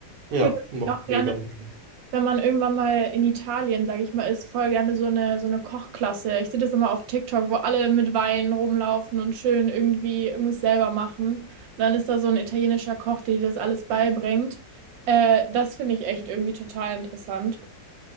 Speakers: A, on the right (about 70°); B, on the right (about 85°).
A: Ja,
B: Ich würde
A: war
B: auch
A: mega
B: gerne
A: lecker.
B: wenn man irgendwann mal in Italien, sage ich mal, ist, voll gerne so eine, so eine Kochklasse. Ich sehe das immer auf TikTok, wo alle mit Wein rumlaufen und schön irgendwie irgendwas selber machen. Und dann ist da so ein italienischer Koch, der dir das alles beibringt. Äh, das finde ich echt irgendwie total interessant.